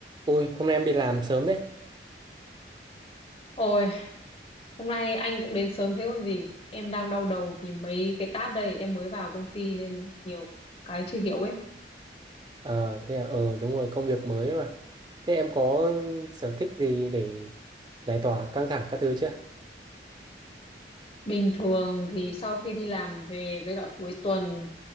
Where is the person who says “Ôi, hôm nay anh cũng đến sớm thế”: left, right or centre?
Left